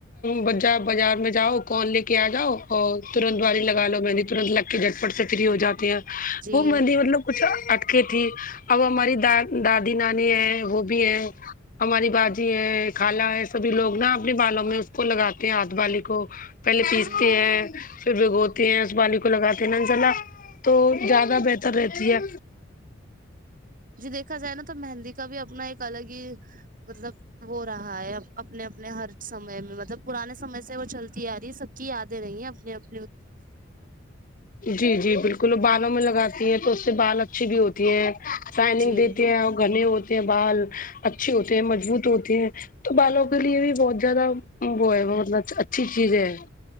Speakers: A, on the left; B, on the right.
A: بجا بازار میں جاؤ کون لے کے آ جاؤ اور ترنت والی لگا لو مہندی ترنت لگ کے جھٹ پٹ سے فری ہو جاتی ہیں
B: جی
A: وہ مہندی مطلب کچھ اٹکے تھی اب ہماری دا دادی نانی ہے وہ بھی ہے ہماری باجی ہے خالہ ہے سبھی لوگ نا اپنے بالوں میں اس کو لگاتے ہیں ہاتھ والی کو پہلے پیستے
B: جی
A: ہیں پھر بھگوتے ہیں اس والی کو لگاتے ہیں نا انشا اللہ تو زیادہ بہتر رہتی ہے
B: جی دیکھا جائے نا تو مہندی کا بھی اپنا ایک الگ ہی مطلب وہ رہا ہے اپنے اپنے ہر سمے میں مطلب پرانے سمے سے وہ چلتی آ رہی ہے سب کی یادیں رہیں ہیں اپنے اب
A: جی جی بال کل بالوں میں لگاتی ہیں تو اس سے بال اچھی بھی ہوتی ہیں شیئنگ
B: جی
A: دیتی ہیں اور گھنے ہو ٹے ہیں بال اچھے ہوتے ہیں مضبوط ہوتے ہیں تو بالوں کے لیے بھی بہت زیادہ وہ ہے مطلب اچھی چیز ہے